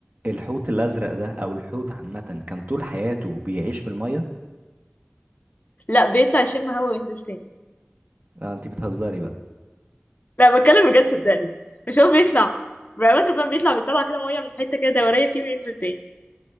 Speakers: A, on the right; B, on the left.
A: الحوت الازرق ده او الحوت عامه كان طول حياته بيعيش في الميه
B: لا بيطلع يشم هوا وينزل تاني
A: آه انت بتهزري بقى
B: لا بتكلم بجد صدقني مش هو بيطلع بقى ربنا بيطلع بيطلع كده ميه من حته كده دوريه فيه وينزل تاني